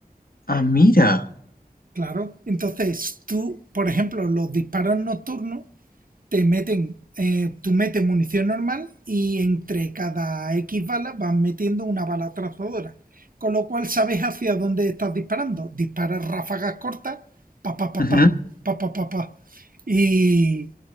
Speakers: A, on the left; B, on the right.
A: Ah, mira.
B: Claro. Entonces, tú, por ejemplo, los disparos nocturnos te meten, eh, tú metes munición normal y entre cada X balas vas metiendo una bala trazadora. Con lo cual sabes hacia dónde estás disparando. Disparas ráfagas cortas, pa pa pa
A: Ujú.
B: pa, pa pa pa pa. Y,